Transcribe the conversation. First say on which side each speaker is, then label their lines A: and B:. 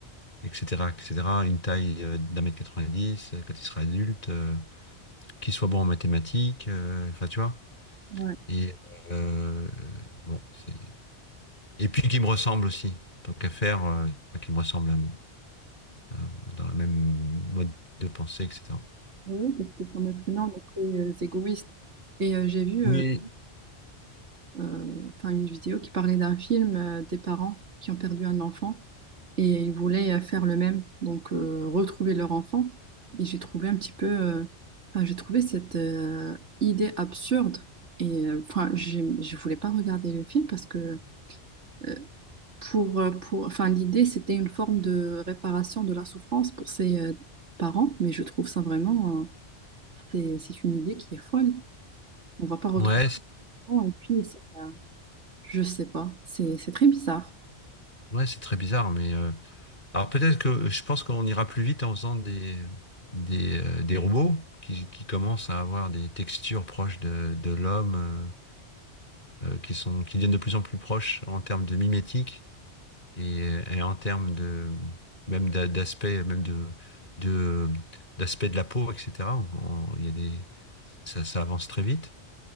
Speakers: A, on the left; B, on the right.
A: etc. etc. Une taille euh, d'un mètre 90 euh, quand il sera adulte, euh, qu'il soit bon en mathématiques, euh, enfin tu vois.
B: Ouais.
A: Et euh, bon, c'est et puis qui me ressemble aussi. Tant qu'à faire, euh, qui me ressemble à, euh, dans le même mode de pensée, etc.
B: Oui, parce que comme être humain, on est très euh, égoïste. Et euh, j'ai vu
A: Oui.
B: euh, euh, enfin une vidéo qui parlait d'un film euh, des parents qui ont perdu un enfant et ils voulaient euh, faire le même, donc euh, retrouver leur enfant. Et j'ai trouvé un petit peu, euh, enfin, j'ai trouvé cette euh, idée absurde. Et euh, enfin, j'ai- je voulais pas regarder le film parce que euh, pour, euh, pour, enfin, l'idée c'était une forme de réparation de la souffrance pour ses euh, parents, mais je trouve ça vraiment, euh, c'est, c'est une idée qui est folle. On va pas retrouver.
A: Ouais, c'est-
B: Et puis, c'est- je sais pas, c'est c'est très bizarre.
A: ouais, c'est très bizarre, mais euh, alors peut-être que je pense qu'on ira plus vite en faisant des, des, euh, des robots qui, qui commencent à avoir des textures proches de, de l'homme, euh, euh, qui sont, qui deviennent de plus en plus proches en termes de mimétique et, et en termes de même d'a- d'aspect, même de, de d'aspect de la peau, etc. On- on- Il y a des, ça, ça avance très vite.